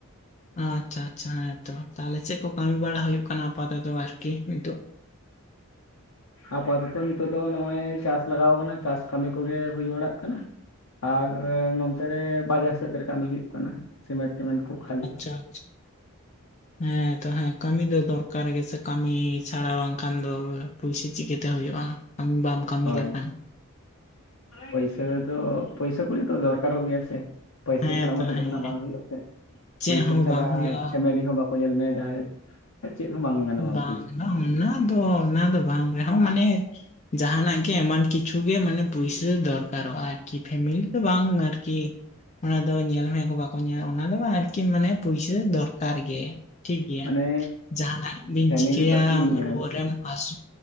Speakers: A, on the left; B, on the left.
A: ᱟᱪᱪᱷᱟ ᱟᱪᱪᱷᱟ ᱦᱮᱸᱛᱚ ᱛᱟᱦᱚᱞᱮ ᱪᱮᱫ ᱠᱚ ᱠᱟᱹᱢᱤ ᱵᱟᱲᱟ ᱦᱩᱭᱩᱜ ᱠᱟᱱᱟ ᱟᱯᱟᱛᱚᱛᱚ ᱟᱨᱠᱤ ᱱᱤᱛᱳᱜ
B: ᱟᱯᱟᱛᱚᱛᱚ ᱱᱤᱛᱚᱜ ᱫᱚ ᱱᱚᱜᱼᱚᱭ ᱪᱟᱥ ᱞᱟᱜᱟᱣ ᱠᱟᱱᱟ ᱪᱟᱥ ᱠᱟᱹᱢᱤ ᱠᱚᱜᱮ ᱦᱩᱭ ᱵᱟᱲᱟᱜ ᱠᱟᱱᱟ ᱟᱨ ᱱᱚᱱᱛᱮ ᱨᱮ ᱵᱟᱡᱟᱨ ᱥᱮᱫ ᱨᱮ ᱠᱟᱹᱢᱤ ᱦᱩᱭᱩᱜ ᱠᱟᱱᱟ ᱥᱤᱢᱮᱱᱴ ᱛᱤᱢᱮᱱᱴ ᱠᱚ ᱠᱷᱟᱹᱞᱤ
A: ᱟᱪᱪᱷᱟ
B: <inaudible>
A: ᱦᱮᱸ ᱛᱚ ᱦᱮᱸ ᱠᱟᱹᱢᱤ ᱫᱚ ᱫᱚᱨᱠᱟᱨ ᱜᱮᱥ ᱠᱟᱹᱢᱤ ᱪᱷᱟᱲᱟ ᱵᱟᱝᱠᱷᱟᱱ ᱫᱚ ᱯᱩᱭᱥᱟᱹ ᱪᱤᱠᱟᱹᱛᱮ ᱦᱩᱭᱩᱜᱼᱟ ᱟᱢ ᱵᱟᱢ ᱠᱟᱹᱢᱤ
B: ᱦᱳᱭ
A: ᱞᱮᱠᱷᱟᱱ
B: ᱯᱩᱭᱥᱟᱹ ᱫᱚ ᱯᱩᱭᱥᱟᱹ ᱠᱚ ᱧᱤᱛᱚᱜ ᱫᱚᱨᱠᱟᱨᱚᱜ ᱜᱮᱭᱟ ᱥᱮ ᱯᱚᱭᱥᱟ
A: ᱦᱮᱸ
B: ᱪᱷᱟᱲᱟ
A: ᱛᱚ
B: ᱢᱟᱛᱚ
A: ᱦᱮᱸ
B: ᱡᱟᱦᱟᱱᱟᱜ ᱵᱟᱝ ᱦᱩᱭᱩᱜ ᱟᱥᱮ
A: ᱪᱮᱫ
B: ᱯᱩᱭᱥᱟ
A: ᱦᱚᱸ
B: ᱪᱷᱟᱲᱟ
A: ᱵᱟᱝ ᱦᱩᱭᱩᱜᱼᱟ
B: ᱯᱷᱮᱢᱮᱞᱤ ᱦᱚᱸ ᱵᱟᱠᱚ ᱧᱮᱞ ᱢᱮᱭᱟ ᱡᱟᱦᱟᱸᱭ ᱪᱮᱫ ᱦᱚᱸ ᱵᱟᱝ ᱜᱟᱱᱚᱜᱼᱟ
A: ᱵᱟᱝ
B: ᱯᱚᱭᱥᱟ
A: ᱵᱟᱝ ᱚᱱᱟ ᱫᱚ ᱚᱱᱟ ᱫᱚ ᱵᱟᱝ ᱨᱮᱦᱚᱸ ᱢᱟᱱᱮ ᱡᱟᱦᱟᱱᱟᱜ ᱜᱮ ᱮᱢᱟᱱ ᱠᱤ ᱠᱤᱪᱷᱩ ᱜᱮ ᱢᱟᱱᱮ ᱯᱩᱭᱥᱟᱹ ᱫᱚᱨᱠᱟᱨᱚᱜᱼᱟ ᱟᱨᱠᱤ ᱯᱷᱮᱢᱮᱞᱤ ᱫᱚ ᱵᱟᱝ ᱟᱨ ᱠᱤ ᱚᱱᱟ ᱫᱚ ᱧᱮᱞ ᱢᱮ ᱠᱚ ᱵᱟᱠᱚ ᱧᱮᱞ ᱚᱱᱟ ᱫᱚ ᱟᱨᱠᱤ ᱢᱟᱱᱮ ᱯᱩᱭᱥᱟᱹ ᱫᱚᱨ ᱫᱚᱨᱠᱟᱨ ᱜᱮ ᱴᱷᱤᱠ ᱜᱮᱭᱟ
B: ᱢᱟᱱᱮ
A: ᱡᱟᱦᱟᱱᱟᱜ ᱜᱮ ᱵᱤᱱ
B: ᱯᱷᱮᱢᱮᱞᱤ
A: ᱪᱤᱠᱟᱹᱭᱟ
B: ᱫᱚ ᱪᱮᱫ ᱤᱧ ᱞᱟᱹᱭᱟ
A: ᱨᱩᱣᱟᱹ ᱨᱮᱢ ᱦᱟᱸᱥᱩ